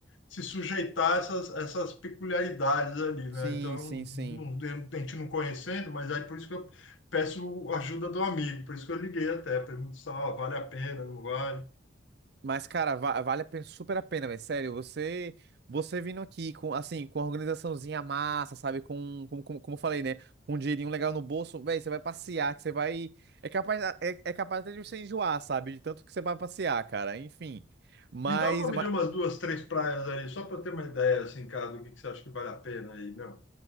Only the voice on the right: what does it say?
sim,
sim, sim.
Mas, cara, va- vale a pe- super a pena, velho. Sério, você, você vindo aqui com, assim, com a organizaçãozinha massa, sabe? Com, com, com- como eu falei, né? Com um dinheirinho legal no bolso, velho, você vai passear, que você vai. É capaz, é, é capaz até de você enjoar, sabe? De tanto que você vai passear, cara. Enfim. Mas,